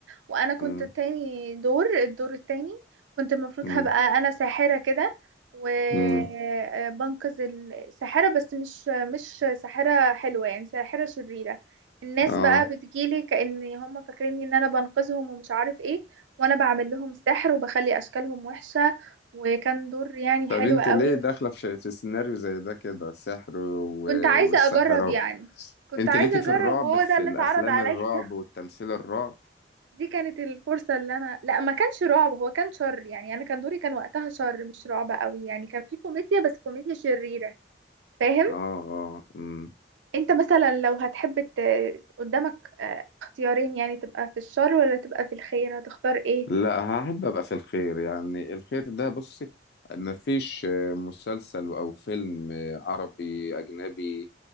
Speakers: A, on the right; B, on the left.
A: وانا كنت
B: مم،
A: التاني دور الدور التاني كنت المفروض
B: مم،
A: هبقى انا ساحرة كده وبنقذ
B: مم،
A: الساحرة بس مش مش ساحرة حلوة يعني ساحرة شريرة الناس
B: اه
A: بقى بتجيلي كأن هم فاكريني ان انا بنقذهم ومش عارف ايه وانا بعمل لهم سحر وبخلي اشكالهم وحشة وكان دور يعني
B: طب
A: حلو
B: انت
A: قوي
B: ليه داخله في في سيناريو زي ده كده سحر و...
A: كنت عايزة
B: والسحرة
A: أجرب يعني كنت
B: انت
A: عايزة
B: ليكي
A: أجرب
B: في الرعب
A: وهو
B: في
A: ده اللي
B: الافلام
A: اتعرض عليا
B: الرعب
A: <laughs>
B: والتمثيل الرعب
A: دي كانت الفرصة اللي أنا لا ما كانش رعب هو كان شر يعني أنا كان دوري كان وقتها شر مش رعب قوي يعني كان في كوميديا بس كوميديا شريرة فاهم
B: اه اه امم
A: أنت مثلا لو هتحب ت... قدامك آه، اختيارين يعني تبقى في الشر ولا تبقى في الخير هتختار إيه
B: لا هحب ابقى في الخير يعني الخير ده بصي مفيش آه، مسلسل او فيلم آه، عربي اجنبي